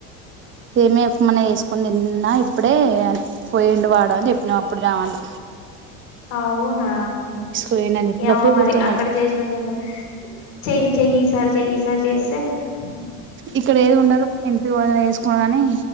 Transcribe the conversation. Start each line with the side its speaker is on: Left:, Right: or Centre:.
Right: సేమ్యా ఉప్మాన్న చేసుకుని తిన్నా ఇప్పుడే అన్ పోయిండు వాడు అని చెప్పిన అప్పుడు జమాన్ల్
Left: అవునా
Right: పోయిండు అని చెప్పి
Left: ఏమో
Right: గప్పుడు
Left: మరి
Right: గుర్తు
Left: అక్కడ
Right: నాకు
Left: చేసిన చేయట్లో చెయ్యి చెయ్యి ఈసారి చెయ్యి ఈసారి చేస్తే హ్
Right: ఇక్కడ ఏది ఉండలో ఎం ఇంటికివోయినంక వేసుకుందమని అని